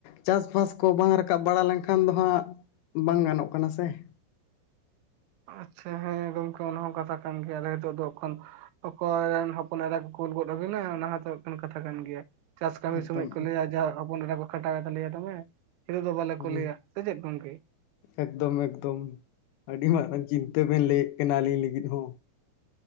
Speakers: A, on the left (about 80°); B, on the right (about 85°).
A: ᱪᱟᱥᱼᱵᱟᱥ ᱠᱚ ᱵᱟᱝ ᱨᱟᱠᱟᱵ ᱵᱟᱲᱟ ᱞᱮᱱᱠᱷᱟᱱ ᱫᱚ ᱦᱟᱸᱜ ᱵᱟᱝ ᱜᱟᱱᱚᱜ ᱠᱟᱱᱟ ᱥᱮ ᱾
B: ᱟᱪᱪᱷᱟ, ᱦᱮᱸ ᱜᱚᱝᱠᱮ ᱚᱱᱟ ᱦᱚᱸ ᱠᱟᱛᱷᱟ ᱠᱟᱱ ᱜᱮᱭᱟᱞᱮ ᱱᱤᱛᱚᱜ ᱫᱚ ᱮᱠᱷᱚᱱᱼᱼ ᱚᱠᱚᱭ ᱨᱮᱱ ᱦᱚᱯᱚᱱ ᱮᱨᱟ ᱠᱚ ᱠᱩᱞ ᱜᱚᱫ ᱟᱹᱵᱤᱱᱟ ᱚᱱᱟ ᱦᱚᱸᱛᱚ ᱦᱟᱜᱠᱷᱟᱱ ᱠᱟᱛᱷᱟ ᱠᱟᱱ ᱜᱮᱭᱟ ᱾ ᱪᱟᱥ ᱠᱟᱹᱢᱤ
A: ᱮᱠᱫᱚᱢ
B: ᱥᱚᱢᱚᱭ ᱠᱚ ᱞᱟᱹᱭᱟ ᱡᱟ ᱦᱚᱯᱚᱱ ᱮᱨᱟ ᱠᱚ ᱠᱷᱟᱴᱟᱣᱮ ᱛᱟᱞᱮᱭᱟ ᱫᱚᱢᱮ ᱾ ᱦᱤᱛᱳᱜ ᱫᱚ ᱵᱟᱞᱮ
A: ᱦᱳᱭ
B: ᱠᱩᱞᱮᱭᱟ ᱥᱮ ᱪᱮᱫ ᱜᱚᱝᱠᱮ?
A: ᱮᱠᱫᱚᱢ ᱮᱠᱫᱚᱢ, ᱟᱹᱰᱤ ᱢᱟᱨᱟᱝ ᱪᱤᱱᱛᱟᱹ ᱵᱮᱱ ᱞᱟᱹᱭᱮᱫ ᱠᱟᱱᱟ ᱟᱹᱞᱤᱧ ᱞᱟᱹᱜᱤᱫ ᱦᱚᱸ ᱾